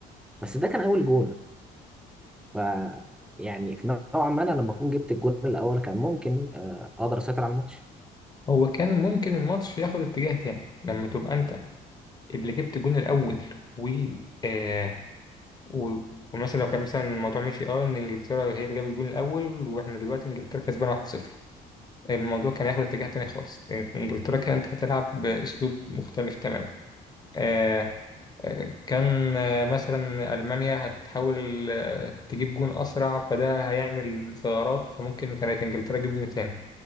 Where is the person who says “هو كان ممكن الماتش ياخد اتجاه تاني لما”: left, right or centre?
Left